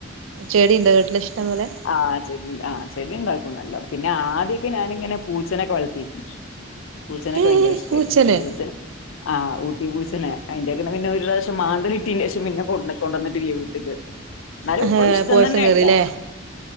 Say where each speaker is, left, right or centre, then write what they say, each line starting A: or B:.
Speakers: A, on the right; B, on the left.
A: ചെടിയുണ്ടോ വീട്ടില് ഇഷ്ടം പോലെ
B: ആഹ് ചെടി ആ ചെടി ഉണ്ടാക്കും പോന്നല്ലോ പിന്നെ ആദ്യക്കെ ഞാനിങ്ങനെ പൂച്ചനൊക്കെ വളർത്തി പൂച്ചേനൊക്കെ
A: ഏ
B: ഭയങ്കര ഇഷ്ടായിരുന്നു
A: പൂച്ചനെ
B: അപ്പൊ പൂച്ച ആ ഊട്ടി പൂച്ചേനേ അയിന്റൊക്കെ പിന്നൊരു പ്രാശ് മാന്തലിട്ടീന് ശേഷം പിന്നെ കൊണ്ട് കൊണ്ടുവന്നിട്ടില്ല വീട്ടി ഇത് എന്നാലും
A: ഏഹ്
B: ഇപ്പളും ഇഷ്ട്ടം
A: പോയസം
B: തന്നെ
A: കേറില്ലേ
B: ആണുട്ട